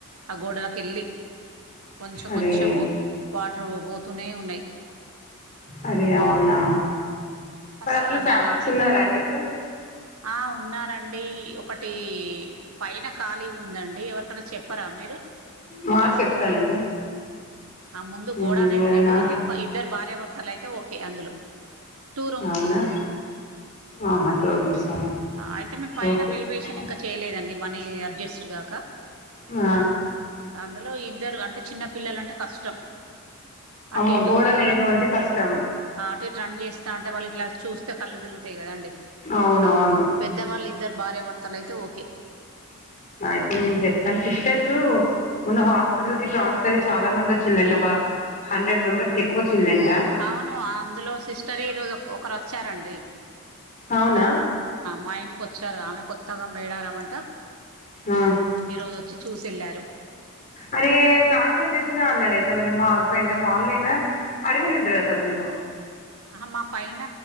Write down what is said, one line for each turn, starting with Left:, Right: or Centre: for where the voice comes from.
Right: ఆ గోడలకెళ్ళి కొంచెం
Left: అరే
Right: కొంచము వాటర్ ఓతూనే ఉన్నయి
Left: అరె అవునా మరి
Right: అస్సలు
Left: అందులో
Right: అర్థం
Left: ఫ్యామిలీస్
Right: కావట్లే
Left: ఉన్నారా అండి ఇప్పుడు
Right: ఆ ఉన్నా ఉందండి ఒకటి పైన ఖాళీ ఉందండి ఎవరికన్న చెప్పరా మీరు
Left: మా చెప్తానండి
Right: ఆ ముందు
Left: ఉమ్
Right: గోడ అనేది
Left: ఎవరన్నా
Right: లేదు గాని ఒక ఇద్దరు భార్యభర్తలు అయితే ఓకే అందులో టూ రూమ్స్
Left: అవునా ఆహా టూ రూమ్సా
Right: అయితే మే పైన
Left: ఓకే
Right: వెలువేషాన్ ఇంక చేయలేదండి మనీ అడ్జస్ట్ గాక
Left: ఆ
Right: అందులో ఇద్దరు అంటే చిన్న పిల్లలంటే కష్టం అటీ
Left: అమ్మో
Right: ఇటూ
Left: గోడ లేదు
Right: ర
Left: అంటే కష్టం
Right: ఆ అటు ఇ రన్ చేస్తా అంటే వాళ్ళు ఇట్లా చూస్తే కళ్ళు తిరుగుతాయి కదా అండి
Left: అవునవును
Right: పెద్దవాళ్ళు ఇద్దరు భార్యభర్తలయితే ఓకే
Left: అయితే నేను చెప్తాను సిస్టర్సు మొన్న హాస్పిటల్ కి ట్రాన్స్ఫర్ అయి చాలా మంది వచ్చిందంట ఒక హండ్రెడ్ మెంబర్స్కి ఎక్కువ చిల్ంట
Right: అవును అందులో సిస్టరే ఈరోజు ఒక ఒకరు వచ్చారండి
Left: అవునా
Right: మా ఇంటికి కొచ్చారు ఆమె కొత్తగా మేడారామంట
Left: ఆ
Right: ఈ రోజు వచ్చి చూసియెళ్ళారు
Left: అరే నాగరాజు చెప్పినా అన్నాడయితే మరి మా హస్బెండ్ వాల్లె నా అడిగనుండ అసలు మీరు
Right: ఆహా మా పైన